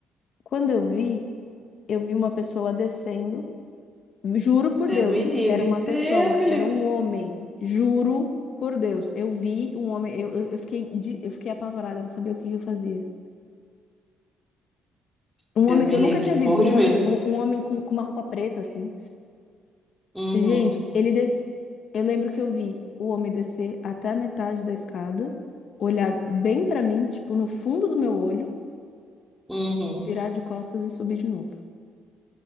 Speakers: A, on the left; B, in the centre.
A: quando eu vi, eu vi uma pessoa descendo. Juro por
B: Deus
A: Deus,
B: me livre.
A: era uma
B: Deus
A: pessoa,
B: me
A: era
B: livre.
A: um homem. Juro por Deus, eu vi um homem, eu, eu eu fiquei, de- eu fiquei apavorada, eu não sabia o que que eu fazia. Um
B: Deus
A: homem
B: me
A: que eu
B: livre.
A: nunca tinha visto,
B: Morro
A: um
B: de
A: homem,
B: medo.
A: um, um homem com, com uma roupa preta, assim.
B: Uhum.
A: Gente, ele des... eu lembro que eu vi o homem descer até a metade da escada, olhar bem pra mim, tipo, no fundo do meu olho,
B: Uhum.
A: virar de costas e subir de novo.